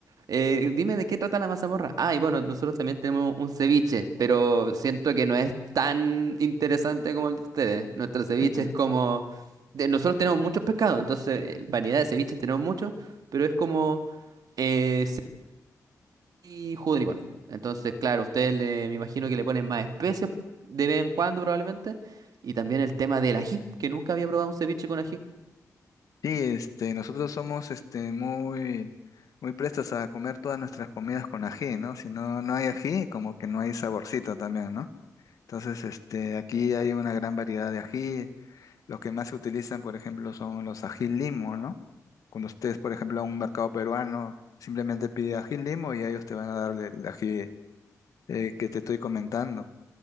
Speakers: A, on the right; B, on the left.
A: Eh, dime de qué trata la mazamorra. Ah, y bueno, nosotros también tenemos un ceviche, pero siento que no es tan interesante como el de ustedes. Nuestro ceviche
B: <laughs>
A: es como... de- nosotros tenemos muchos pescados, entonces eh, variedad de ceviches tenemos muchos, pero es como... eh, y jugo de limón. Entonces, claro, ustedes le- me imagino que le ponen más especies de vez en cuando probablemente. Y también el tema del ají, que nunca había probado un ceviche con ají.
B: Sí, este, nosotros somos este, muy, muy prestos a comer todas nuestras comidas con ají, ¿no? Si no, no hay ají, como que no hay saborcito también, ¿no? Entonces, este, aquí hay una gran variedad de ají. Los que más se utilizan, por ejemplo, son los ají limo, ¿no? Cuando ustedes, por ejemplo, a un mercado peruano, simplemente pide ají limo y ellos te van a dar el el ají eh, que te estoy comentando.